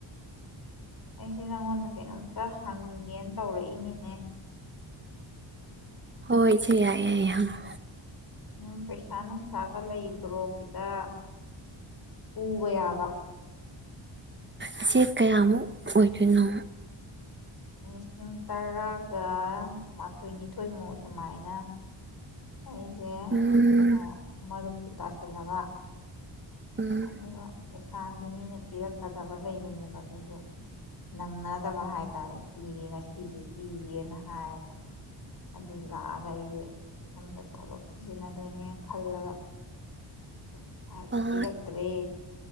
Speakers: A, on the left; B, on the right.
A: ꯑꯩꯁꯦ ꯅꯪꯉꯣꯟꯗ ꯀꯩꯅꯣꯝꯇ ꯍꯪꯒꯦꯟ ꯇꯧꯔꯛꯏꯅꯤꯅꯦ
B: ꯍꯣꯏ ꯍꯣꯏ ꯏꯆꯦ ꯌꯥꯢ ꯌꯥꯏ ꯍꯪꯉꯣ
A: ꯎꯝ ꯄꯩꯁꯥ ꯅꯨꯡꯁꯥꯒ ꯂꯩꯕ꯭ꯔꯣ ꯈꯤꯠꯇ ꯄꯨꯕ ꯌꯥꯕ
B: ꯏꯆꯦ ꯀꯌꯥꯃꯨꯛ ꯑꯣꯏꯗꯣꯏꯅꯣ
A: ꯂꯤꯁꯤꯡ ꯇꯔꯥꯒ ꯃꯥꯊꯣꯏꯅꯤꯊꯣꯏꯃꯨꯛ ꯑꯗꯨꯃꯥꯏꯅ ꯑꯩꯖꯦ
B: ꯎꯝ
A: ꯀꯩꯅꯣ ꯃꯔꯨꯞꯇꯨ ꯇꯥꯁꯅꯕ
B: ꯎꯝ
A: ꯑꯗꯨꯒ ꯄꯩꯁꯥꯁꯦ ꯃꯤꯅ ꯄꯤꯔꯛꯀꯗꯕ ꯂꯩꯕꯅꯦꯕ ꯑꯗꯨꯖꯨ ꯅꯪꯅꯗꯕ ꯍꯥꯏꯇꯥꯔꯦ ꯄꯤꯒꯦ ꯉꯁꯤꯁꯦ ꯄꯤꯒꯦꯅ ꯍꯥꯏꯔꯒ ꯑꯗꯨ ꯂꯥꯛꯑꯒ ꯑꯩꯁꯦ ꯁꯣꯝꯗ ꯊꯕꯛ ꯁꯤꯖꯤꯟꯅꯗꯣꯏꯅꯦ ꯈꯜꯂꯒ ꯄꯁꯥꯁꯦ
B: ꯑꯥ
A: ꯄꯤꯔꯛꯇ꯭ꯔꯦ